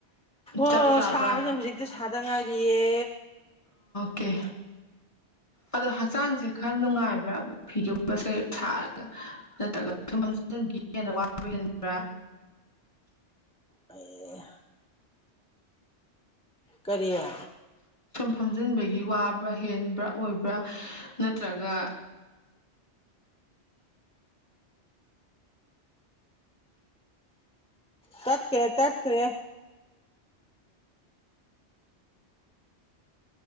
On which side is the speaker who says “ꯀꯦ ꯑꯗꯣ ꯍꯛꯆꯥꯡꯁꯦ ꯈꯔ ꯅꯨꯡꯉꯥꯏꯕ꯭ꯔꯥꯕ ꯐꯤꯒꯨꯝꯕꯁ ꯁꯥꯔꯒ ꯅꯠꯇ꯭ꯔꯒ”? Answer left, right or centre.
Left